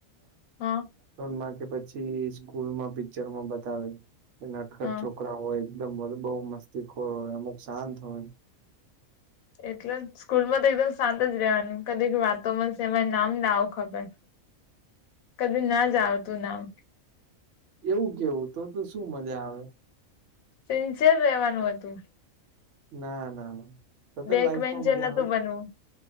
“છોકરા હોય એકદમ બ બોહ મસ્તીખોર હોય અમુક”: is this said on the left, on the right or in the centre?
Right